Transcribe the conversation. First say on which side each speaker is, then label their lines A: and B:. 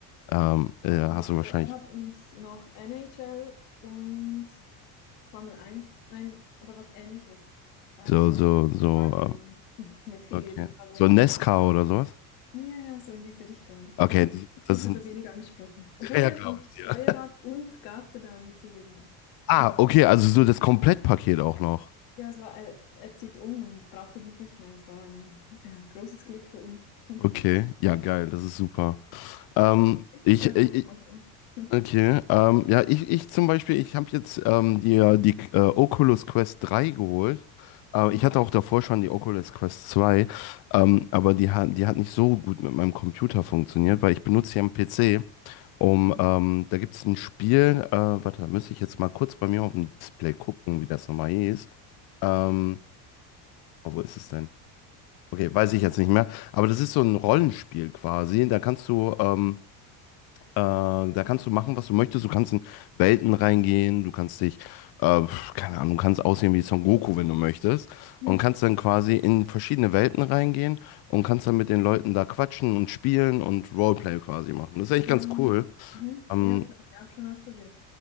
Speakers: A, on the left; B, on the left.
A: ähm, äh,
B: Ah,
A: hast du
B: Also
A: wahrscheinlich
B: er hat uns noch NHL und Formel eins, nein, aber was Ähnliches, auch
A: so,
B: so
A: so,
B: ein
A: so,
B: Car Game <laughs> mitgegeben,
A: äh, okay.
B: aber
A: So Nesca oder sowas?
B: ja, ja, so in diese Richtung.
A: Okay,
B: Ich hatte
A: die-
B: ihn
A: das
B: jetzt
A: sind,
B: aber weniger angesprochen, obwohl
A: <laughs> ja,
B: er
A: glaube
B: uns
A: ich dir.
B: Steuerrad und Gaspedal mitgegeben
A: Ah,
B: hat. <laughs>
A: okay, also so das Komplettpaket auch noch.
B: Ja, es war, er, er zieht um und brauchte das nicht mehr. Es war ein äh, großes Glück für uns.
A: Okay,
B: <laughs>
A: ja, geil, das ist super.
B: Ja,
A: Ähm,
B: ist
A: ich,
B: dann
A: ich,
B: manchmal so. <laughs>
A: Okay, ähm, ja, ich, ich zum Beispiel, ich habe jetzt ähm, die, äh, die äh, Oculus Quest 3 geholt. Äh,
B: Oh.
A: ich hatte auch davor schon die Oculus Quest 2, ähm, aber die hat, die hat nicht so gut mit meinem Computer funktioniert, weil ich benutze hier am PC, um,
B: Mhm.
A: ähm, da gibt es ein Spiel, äh, warte, da müsste ich jetzt mal kurz bei mir auf dem Display gucken, wie das nochmal hieß. Ähm, oh, wo ist es denn? Okay, weiß ich jetzt nicht mehr, aber das ist so ein Rollenspiel quasi, da kannst du, ähm, äh, da kannst du machen, was du möchtest. Du kannst in Welten reingehen, du kannst dich, äh, keine Ahnung, du kannst aussehen wie Son Goku, wenn du möchtest.
B: <laughs>
A: Und kannst dann quasi in verschiedene Welten reingehen und kannst dann mit den Leuten da quatschen und spielen und Roleplay quasi machen. Das ist eigentlich
B: Mhm.
A: ganz cool.
B: Mhm.
A: Ähm,
B: Ja, das habe ich auch schon ausprobiert.